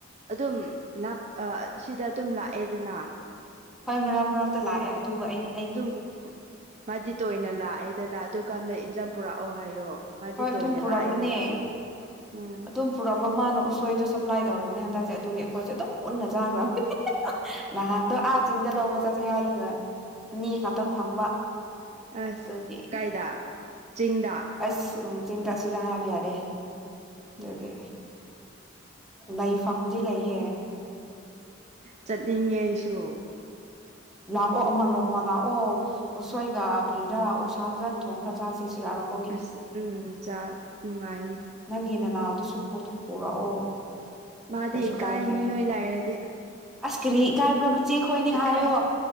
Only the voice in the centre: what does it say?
ꯍꯣꯏ ꯃꯔꯛ ꯃꯔꯛꯇ ꯂꯥꯛꯑꯦ ꯑꯗꯨꯒ ꯑꯩꯅ
ꯍꯣꯏ ꯑꯗꯨꯝ
ꯄꯨꯔꯛꯄꯅꯦ
ꯑꯗꯨꯝ ꯄꯨꯔꯛꯄ ꯃꯥꯅ ꯎꯁꯣꯏꯗꯣ ꯁꯞꯄ꯭ꯂꯥꯏ ꯇꯧꯔꯕꯅꯦ ꯍꯟꯗꯛꯁꯦ ꯑꯗꯨꯒꯤ ꯑꯩꯈꯣꯏꯁꯨ ꯑꯗꯨꯝ ꯄꯨꯟꯅ ꯆꯥꯈ꯭ꯔꯕꯅꯦ ꯅꯍꯥꯟꯗꯣ ꯑꯥ ꯆꯤꯡꯗ ꯂꯧꯕ ꯆꯠꯁꯤ ꯍꯥꯏꯂꯒ ꯑꯅꯤ ꯈꯛꯇ ꯐꯪꯕ
ꯑꯗꯨꯒꯤ
ꯑꯁ ꯎꯝ ꯆꯤꯡꯗ ꯁꯤꯗ ꯍꯥꯏꯕ ꯌꯥꯗꯦ ꯑꯗꯨꯒꯤ
ꯂꯩꯐꯝꯗꯤ ꯂꯩꯌꯦ
ꯂꯥꯛꯑꯣ ꯑꯃ ꯅꯣꯡꯃ ꯂꯥꯛꯑꯣ ꯎꯁꯣꯏꯒ ꯀꯔꯤꯔꯥ ꯑꯣꯛꯁꯥ ꯐꯖꯅ ꯊꯣꯡꯉꯒ ꯆꯥꯁꯦ ꯁꯤꯔꯥꯔꯛ
ꯅꯪꯒꯤ ꯅꯅꯥꯎꯗꯨꯁꯨ ꯄꯣꯊꯣꯛ ꯄꯨꯔꯛꯑꯣ
ꯀꯩꯁꯨ
ꯀꯥꯏꯗꯦ
ꯑꯁ ꯀꯔꯤ ꯏꯀꯥꯏꯕ꯭ꯔꯥ ꯃꯆꯦꯈꯣꯏꯅꯦ
ꯍꯥꯏꯌꯣ